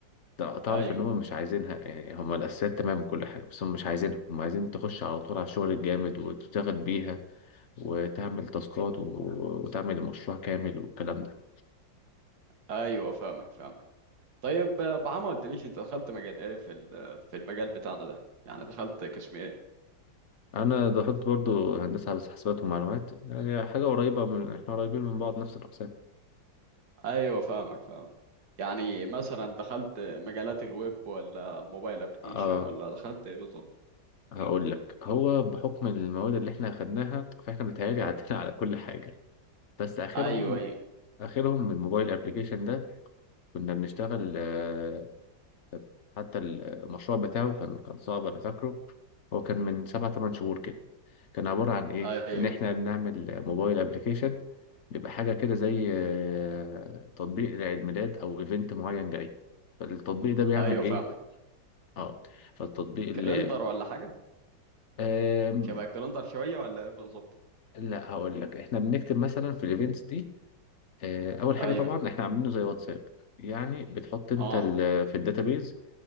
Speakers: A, on the left (about 50°); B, on the right (about 60°).
A: تع- تعرف
B: ايوه
A: ان هم مش عايزينها يعني هم الاساسيات تمام كل حاجه بس هم مش عايزينها هم عايزين تخش على طول على الشغل الجامد وتشتغل بيها وتعمل تاسكات و- وتعمل المشروع كامل والكلام ده
B: ايوه فاهمك فاهمك طيب آه، بعمل ما قلتليش انت دخلت مجال ايه في ال- في المجال بتاعنا ده يعني دخلت قسم ايه
A: انا دخلت برضو هندسه على حسابات ومعلومات يعني حاجه قريبه من احنا قريبين من بعض نفس الاقسام
B: ايوه فاهمك فاهمك يعني مثلا دخلت مجالات الويب ولا الموبايل ابلكيشن
A: اه
B: ولا دخلت ايه بالظبط
A: هقول لك هو بحكم المواد اللي احنا خدناها فاحنا متهيألي عدينا <laughs> على كل حاجه بس اخرهم
B: ايوه ايوه
A: اخرهم من الموبايل ابلكيشن ده كنا بنشتغل آه، حتى المشروع بتاعه كان كان صعب انا فاكره هو كان من سبع ثمان شهور كده كان عبارة عن إيه؟
B: ايوه
A: إن إحنا بنعمل موبايل أبليكيشن بيبقى حاجة كده زي آه، تطبيق لعيد ميلاد أو إيفنت معين جاي فالتطبيق ده بيعمل
B: ايوه
A: إيه؟
B: فاهمك
A: آه فالتطبيق اللي
B: كالندر ولا حاجه
A: آم،
B: شبه الكالندر شويه ولا ايه بالظبط
A: لا هقول لك إحنا بنكتب مثلا في الإيفنتس دي آه، أول حاجة
B: ايوه
A: طبعا إحنا عاملينه زي واتساب يعني بتحط أنت
B: اه
A: ال- في الداتابيز